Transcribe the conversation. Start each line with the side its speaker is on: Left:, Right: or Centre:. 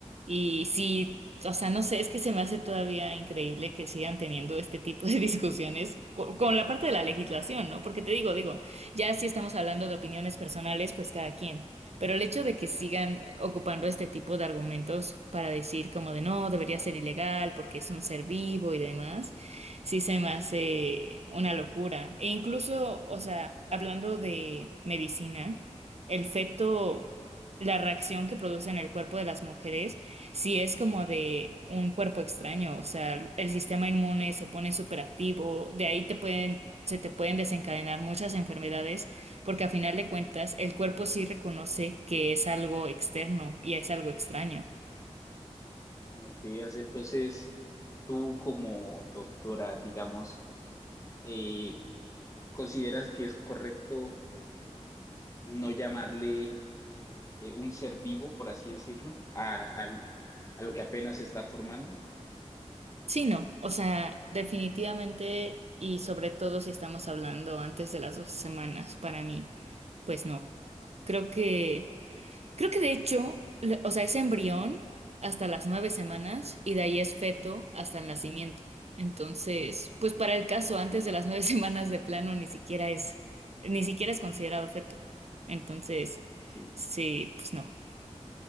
Right: Y sí, o sea, no sé, es que se me hace todavía increíble que sigan teniendo este tipo de <laughs> discusiones co- con la parte de la legislación, ¿no? Porque te digo, digo, ya si estamos hablando de opiniones personales, pues cada quien. Pero el hecho de que sigan ocupando este tipo de argumentos para decir como de no, debería ser ilegal porque es un ser vivo y demás, sí se me hace una locura. E incluso, o sea, hablando de medicina, el feto, la reacción que produce en el cuerpo de las mujeres, sí es como de un cuerpo extraño, o sea, el sistema inmune se pone superactivo, de ahí te pueden, se te pueden desencadenar muchas enfermedades porque a final de cuentas, el cuerpo sí reconoce que es algo externo y es algo extraño.
Left: Ok, o sea, entonces tú como doctora, digamos, eh, ¿consideras que es correcto no llamarle eh, un ser vivo, por así decirlo, a, al- a lo que apenas se está formando?
Right: Sí, no, o sea, definitivamente y sobre todo si estamos hablando antes de las dos semanas, para mí, pues no. Creo que Creo que de hecho, le- o sea, es embrión hasta las nueve semanas y de ahí es feto hasta el nacimiento. Entonces, pues para el caso, antes de las nueve <laughs> semanas de plano ni siquiera es, ni siquiera es considerado feto. Entonces,
Left: Que
Right: sí, pues no,